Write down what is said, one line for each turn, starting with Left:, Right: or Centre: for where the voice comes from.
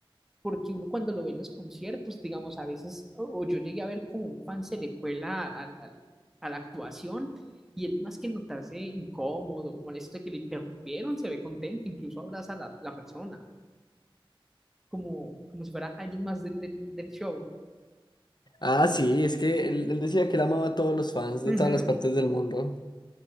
Centre: Porque uno cuando lo ve en los conciertos, digamos, a veces, o, o yo llegué a ver como un fan se le cuela al- al- a la actuación y él más que notarse incómodo o molesto de que le interrumpieron, se ve contento, incluso abraza a la, la persona, como, como si fuera alguien más del, del, del show.
Left: Ah, sí, es que él, él decía que él amaba a todos los fans de
Centre: Ujú.
Left: todas las partes del mundo.